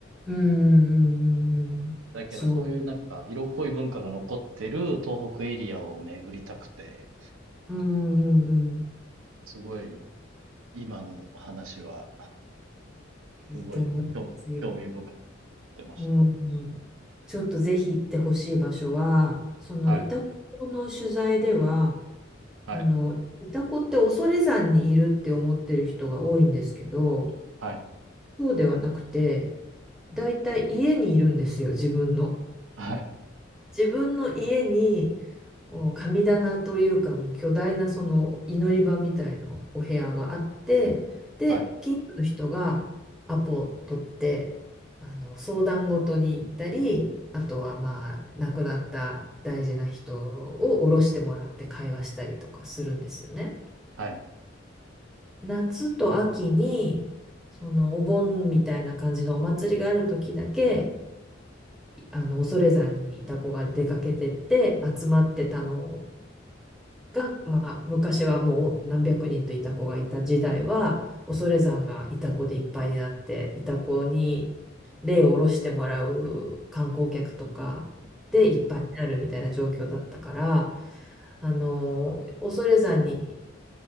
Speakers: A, in the centre; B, on the right.
A: うんうんうんうんうんそ
B: だけど、そういうなんか、色濃い文化が残ってる東北エリアを巡りたくて、
A: ううんうんうん
B: すごい、今の話は、
A: いいと思いますよ。
B: すごい、興興味深く聞てまし
A: うんうんちょっとぜひ行ってほしい場所はそのイタコの取材では
B: た。はい、はい、
A: あのイタコって恐山にいるって思ってる人が多いんですけど
B: はい、
A: そうではなくてだいたい家にいるんですよ、自分の。
B: はい、
A: 自分の家に、こう神棚というか、もう巨大なその祈り場みたいなお部屋があって、で、
B: はい、
A: 近所の人がアポ取って、あの、相談事に行ったり、あとはまあ、亡くなった大事な人を降ろしてもらって会話したりとかするんですよね。
B: はい、
A: 夏と秋に、そのお盆みたいな感じのお祭りがある時だけ、あの、恐山にいた子が出かけてって集まってたのが、まあ、昔はもう何百人といた子がいた時代は、恐山がいた子でいっぱいになって、いた子に霊を下ろしてもらう観光客とかでいっぱいになるみたいな状況だったから、あの、恐山に